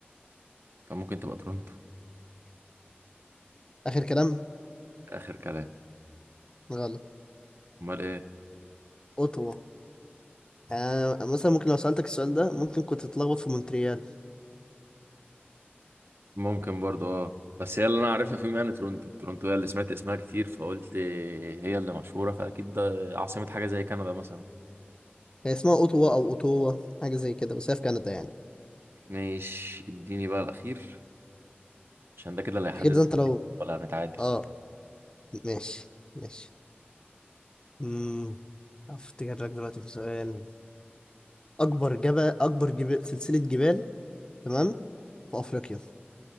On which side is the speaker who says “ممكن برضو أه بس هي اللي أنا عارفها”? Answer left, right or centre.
Right